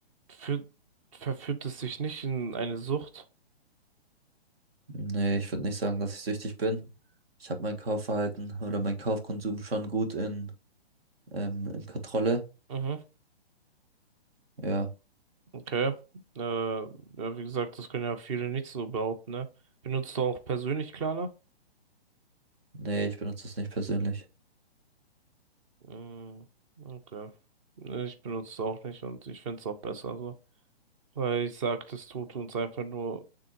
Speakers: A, on the right; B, on the right.
A: führt, verführt es sich nicht in eine Sucht?
B: Nee, ich würde nicht sagen, dass ich süchtig bin. Ich habe mein Kaufverhalten oder mein Kaufkonsum schon gut in, ähm, in Kontrolle.
A: Mhm,
B: Ja,
A: okay. Äh, ja, wie gesagt, das können ja viele nicht so behaupten, ne? Benutzt du auch persönlich Klarna?
B: nee, ich benutze es nicht persönlich.
A: Mm, Okay. Nee, Ich benutze es auch nicht und ich finde es auch besser so. Weil ich sag, das tut uns einfach nur